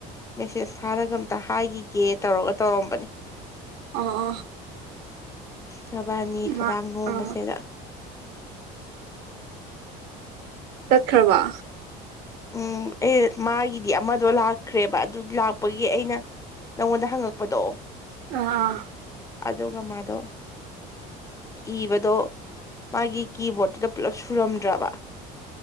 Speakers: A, on the left (about 15°); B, on the right (about 65°).
A: ꯃꯦꯁꯦꯁ ꯊꯔꯒ ꯑꯝꯇ ꯍꯥꯏꯈꯤꯒꯦ ꯇꯧꯔꯒ ꯇꯧꯔꯝꯕꯅꯤ
B: ꯑ ꯑ
A: ꯅꯕꯥꯅꯤ ꯈꯗꯥꯡ
B: ꯃꯥ
A: ꯅꯣꯝꯕꯁꯦꯗ
B: ꯑꯥꯝ ꯇꯠꯈꯔ ꯋꯥ
A: ꯎꯝ ꯑꯦ ꯃꯥꯒꯤꯗꯤ ꯑꯃꯗꯣ ꯂꯥꯛꯈ꯭ꯔꯦꯕ ꯑꯗꯨ ꯂꯥꯛꯄꯒꯤ ꯑꯩꯅ ꯅꯪꯉꯣꯟꯗ ꯍꯪꯉꯛꯄꯗꯣ
B: ꯑ ꯑꯥ
A: ꯑꯗꯨꯒ ꯃꯥꯗꯣ ꯏꯕꯗꯣ ꯃꯥꯒꯤ ꯀꯤꯕꯣꯔꯠꯇꯨꯗ ꯄꯨꯜꯂꯞ ꯁꯨꯔꯝꯗ꯭ꯔꯕ